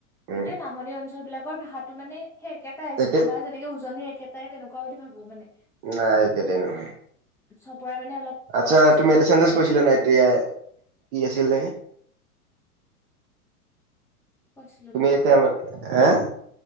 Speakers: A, on the right (about 35°); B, in the centre.
A: উম
B: গোটেই নামনি অঞ্চল বিলাকৰ ভাষাটো মানে একেটাই
A: একে
B: আমাৰ যেনেকে উজনিৰ এক কেইটাই তেনেকুৱা বুলি ভাবো মানে।
A: নাই একেটে নহ
B: চবৰে মানে অলপ
A: আচ্ছা
B: অলপ চলপকে
A: তুমি এটা চেনজেজ
B: বেলেগ
A: কৈছিলা
B: বেলেগ
A: নাই এতিয়া কি আছিলে
B: কি কৈছিলো
A: তুমি
B: মই
A: এতিয়া মান, হা?